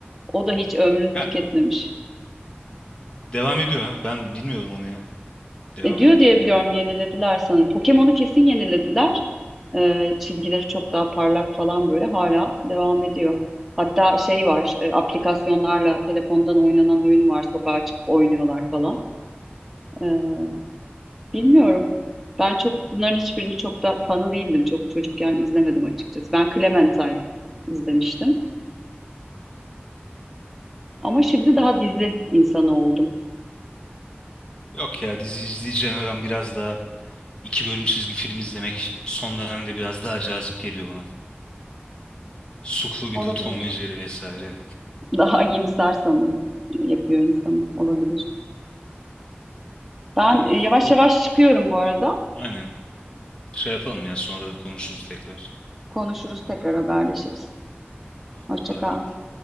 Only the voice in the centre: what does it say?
O da hiç ömrünü
tüketmemiş.
E, diyor
diye biliyorum yenilediler sanırım. Pokemon'u kesin yenilediler. E, çizgileri çok daha parlak falan böyle hala devam ediyor. Hatta şey var e, aplikasyonlarla telefondan oynanan oyunu var. Sokağa çıkıp oynuyorlar falan. E, bilmiyorum. Ben çok bunların hiçbirini çok da fanı değildim. Çok çocukken izlemedim açıkçası. Ben Clementine izlemiştim. Ama şimdi daha dizi insanı oldum.
Olabilir.
Daha iyimser sanırım yapıyor insanı. Olabilir. Ben
e, yavaş
yavaş çıkıyorum bu arada.
Konuşuruz tekrar haberleşiriz.
Hoşça
kal.